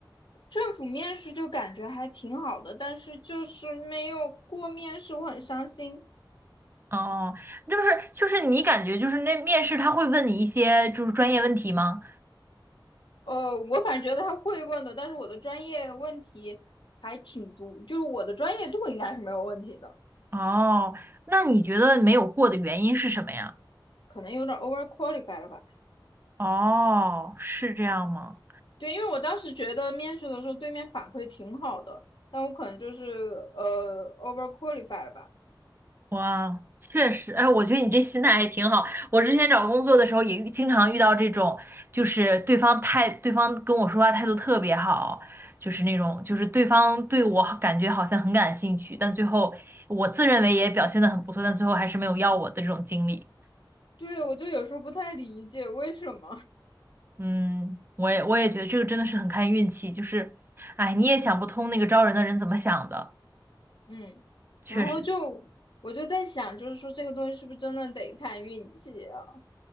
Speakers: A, on the left; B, on the right.
A: 政府面试就感觉还挺好的，但是就是没有过面试，我很伤心。
B: 哦，就是就是你感觉就是那面试他会问你一些就是专业问题吗？
A: 呃，我反正觉得他会问的，但是我的专业问题还挺多，就是我的专业度应该是没有问题的，
B: 哦，那你觉得没有过的原因是什么呀？
A: 可能有点 over qualified 了吧？
B: 哦，是这样吗？
A: 对，因为我当时觉得面试的时候对面反馈挺好的，但我可能就是呃 over qualified 了吧？
B: 哇，确实，哎，我觉得你这心态还挺好。我之前找工作的时候也遇经常遇到这种，就是对方态，对方跟我说话态度特别好，就是那种，就是对方对我好感觉好像很感兴趣，但最后我自认为也表现的很不错，但最后还是没有要我的这种经历。
A: 对，我就有时候不太理解为什么，
B: 嗯，我也我也觉得这个真的是很看运气，就是，哎，你也想不通那个招人的人怎么想的，
A: 嗯，
B: 确实。
A: 然后就我就在想，就是说这个东西是不是真的得看运气啊？